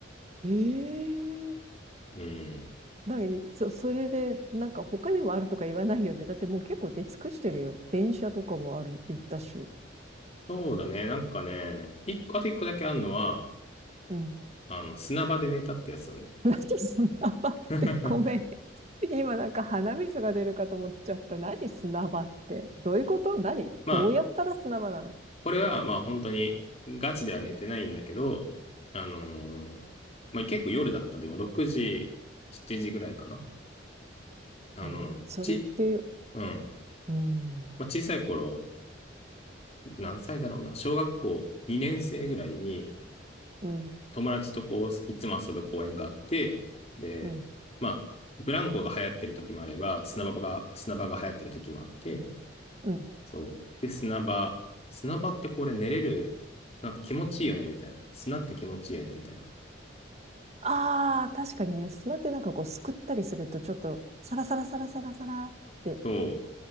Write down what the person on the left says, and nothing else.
うん。
そうだね。なんかね、一個、あと一個だけあるのは、
あの、砂場で寝たってやつだね。
<laughs>
まあ、これは、まあ本当に、ガチでは寝てないんだけど、あのーまあ結構夜だった。でも6時、7時ぐらいかな。あの、
ち、
うん。
まあ小さい頃、何歳だろうな。小学校2年生ぐらいに、
友達とこう、いつも遊ぶ公園があって、で、
まあ、ブランコが流行ってる時もあれば、砂場が、砂場が流行ってる時もあって、
そう。で、砂場。砂場ってこれ寝れる、なんか気持ちいいよね、みたいな。砂って気持ちいいよね、みたいな。
そう。